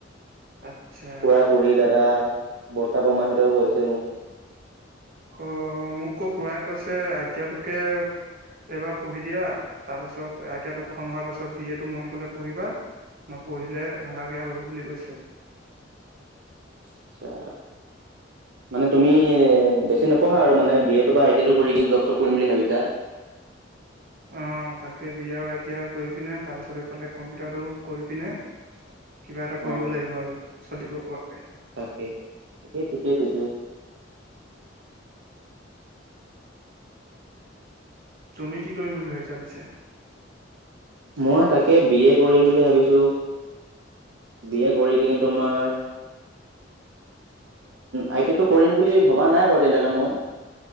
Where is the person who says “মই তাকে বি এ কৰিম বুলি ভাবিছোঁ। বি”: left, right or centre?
Right